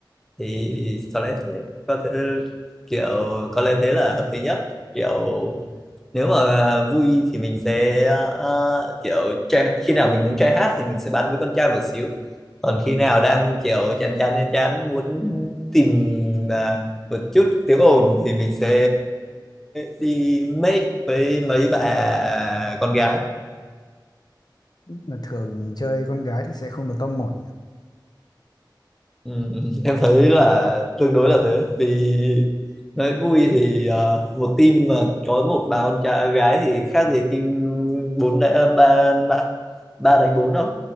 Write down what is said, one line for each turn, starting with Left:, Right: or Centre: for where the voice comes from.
Centre: thì có lẽ thế có thể kiểu có lẽ thế là hợp lý nhất kiểu nếu mà ờ, vui thì mình sẽ ờ, kiểu trai, khi nào mình muốn trai hát thì mình sẽ bắn với con trai một xíu còn khi nào đang kiểu chán chán chán chán muốn tìm à, một chút tiếng ồn thì mình sẽ đi make với mấy bà con gái
Left: mà thường chơi con gái thì sẽ không được top một
Centre: ừ, <laughs> em thấy là tương đối là thế vì nói vui thì ờ, một team mà có một bà con trai gái thì khác gì team bốn đa- ba ba đánh bốn đâu